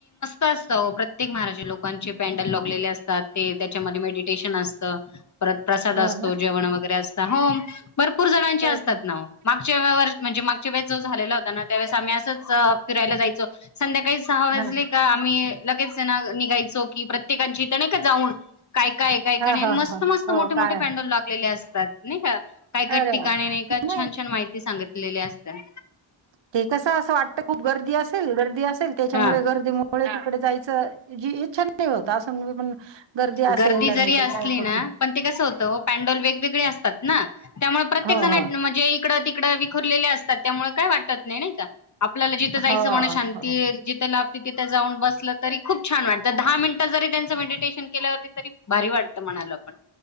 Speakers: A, on the left; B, on the right.
A: <inaudible> असताव प्रत- प्रत्येक महाराज लोकांचे पॅनडल लाॅगलेले असतात ते त्याच्यामध्ये मेडिटेशन असतं परत- प्रसाद
B: हो
A: असतो
B: ना
A: जेवण वगैरे असत हो- भरपूर जणांचे
B: हो
A: असतात
B: का
A: ना ओ मागच्या वे व म्हणजे मागच्या वेळेस जो झालेला होता ना त्यावेळेस आम्ही असंच- फिरायला जायचो संध्याकाळी सहा वाजले-
B: हा
A: आम्ही लगेच ना निघायचो की प्रत्येकची ते नायका जाऊन काय- काय- काही
B: हा
A: काही आणि
B: हा
A: मस्त
B: हा
A: - मस्त
B: हो
A: मोठे -
B: काय
A: मोठे पॅनडल लागलेले असतात नाही का- काय काय
B: अरे
A: ठिकाणी
B: वा
A: नायका
B: नाही
A: छान - छान माहिती सांगितलेली असतात.
B: ते कसं असं वाटत खूप गर्दी असेल गर्दी असेल त्याच्यामुळे
A: हा.
B: गर्दी म- पुढे तिकडे जायचं जी इच्छा नाही होत असं पण- असेल
A: गर्दी
B: आणि
A: जरी असली
B: ते काय कुठलं
A: ना पण ते कसं होतं पॅन्डल वेगवेगळे असतात ना- त्यामुळे प्रत्येक
B: हो
A: जण
B: हो
A: म्हणजे इकडं तिकडं विखरलेले असतात त्यामुळे काय वाटत नाही नाही का? आपल्याला जिथं
B: हो,
A: जायचं म्हणा शांती
B: हो.
A: जिथं ला तिथे जाऊन बसलं तरी खूप छान वाटत, दहा मिनटं जरी त्याचं विडीत श केल्यावरती तरी भारी वाटत म्हणाला पण.